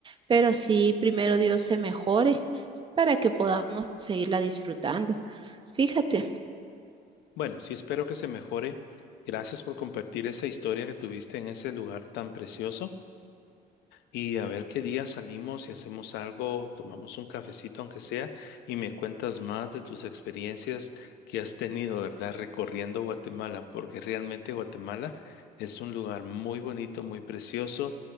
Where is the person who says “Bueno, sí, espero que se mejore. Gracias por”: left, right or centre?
Left